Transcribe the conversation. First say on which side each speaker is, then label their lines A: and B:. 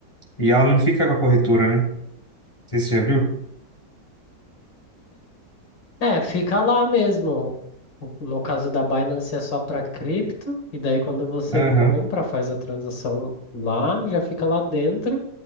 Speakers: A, on the left; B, on the left.
A: e ela não fica com a corretora, né? Não sei se você já viu.
B: É, fica lá mesmo. O- No caso da Binance é só para cripto, e daí quando você
A: Aham,
B: compra, faz a transação lá, já fica lá dentro,